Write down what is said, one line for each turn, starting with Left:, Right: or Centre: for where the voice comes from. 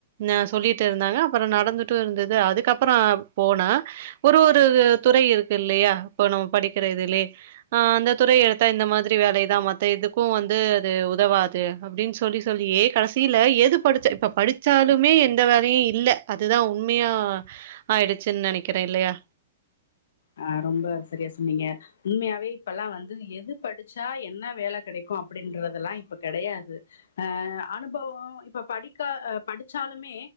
Right: ஆசொல்லிட்டு இருந்தாங்க அப்ரோ நடந்துட்டு இருந்தது அதுக்கப்பரோ போனே ஒரு ஒரு துறை இருக்கு இல்லையா இப்போ நம்ம படிக்கிற இதுலே ஆ அந்த துறை எடுத்தா இந்த மாதிரி வேலை மத்த இதுக்கு வந்து அது உதவாது அப்டின்னு சொல்லி சொல்லி ஏ கடைசியில எது படிச்ச இப்ப படிச் ச்சாலுமே எந்த வேலையு இல்ல அதுதா உண்மையா ஆயிருச்சுன்னு நெனைக்கிறே இல்லையா
Left: ஆ ரொம்ப சரியா சொன்னீங்க உண்மையாவே இப்பெல்லா வந்து எது படிச்சா என்ன வேல கெடைக்கு அப்டின்றதெல்லா இப்ப கெடையாது அஹ அனுபவோ இப்ப படிக்கா படிச்சாலுமே